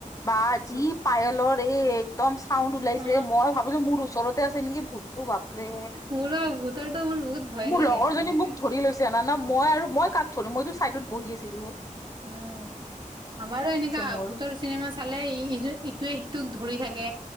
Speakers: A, on the left; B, on the right.
A: বা
B: ভূত
A: যি পায়লৰ এইক একদম চাউণ্ড ওলাইছে
B: অ
A: মই ভাবিলোঁ মোৰ ওচৰতে আছে নেকি ভূতটো বাপৰে।
B: মোৰ ভূতৰটো মোৰ বহুত ভয়
A: মোৰ
B: লাগে
A: লগৰজনী
B: মানে একে
A: মোক ধৰি লৈছে। জানানা মই আৰু মই কাক ধৰু মইতো চাইডত বহি আছিলোঁ।
B: উম, আমাৰো এনেকা
A: মোৰ
B: ভোতৰচ চিনেমা চালে ই-ইযো ইটোৱে-সিটোক ধৰি থাকে